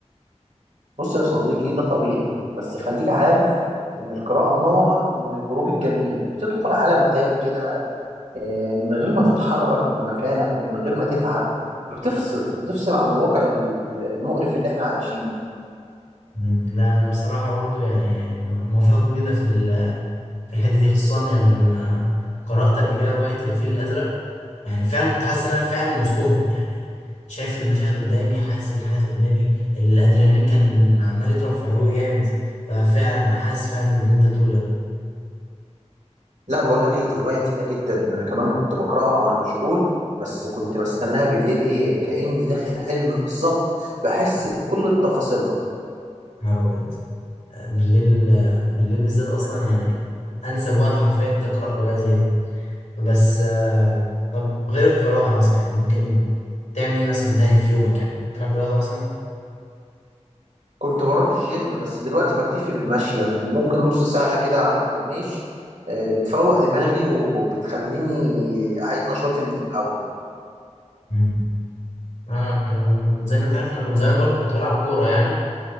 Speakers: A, on the right (about 80°); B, on the left (about 75°).
A: بص يا صديقي ده طبيعي بس خليك عارف إن القراءة نوع من الهروب الجميل بتدخل عالم تاني كده آه، من غير ما تتحرك من مكانك ومن غير ما تتعب بتفصل بتفصل عن الواقع ال- المقرف اللي احنا عايشينه
B: مم. لا أنا بصراحة برضو يعني م- موافق جدا في ال- في الحتة دي خصوصا يعني لما قرأت قبل كده رواية الفيل الأزرق يعني فعلا كنت حاسس إن أنا فعلا وسطهم يعني شايف المشاهد قدامي حاسس بالحاجات قدامي الأدرينالين كان عمال يضرب في عروقي جامد ففعلا أنا حاسس فعلا باللي أنت بتقوله يا
A: لا بقول لك ايه دي روايه تقيله جدا انا كمان كنت بقراها وانا مشغول بس كنت بستناها بالليل ايه كاني داخل حلم بالظبط بحس بكل تفاصيلها
B: نهار أبيض بالليل بالليل بالذات اصلا يعني انسب وقت حرفيا تقرا روايه زي دي بس آه، طب غير القراءه مثلا يعني ممكن تعمل ايه مثلا تاني في يومك يعني تلعب رياضه مثلا
A: كنت بروح الجيم بس دلوقتي بكتفي بالمشي يعني ممكن نص ساعه كده على الكورنيش آه، بتفوق دماغي وبتخليني اعيد نشاطي من الاول
B: مم. انا أنا زي ما انت عارف انا كنت زمان برضو كنت بلعب كوره يعني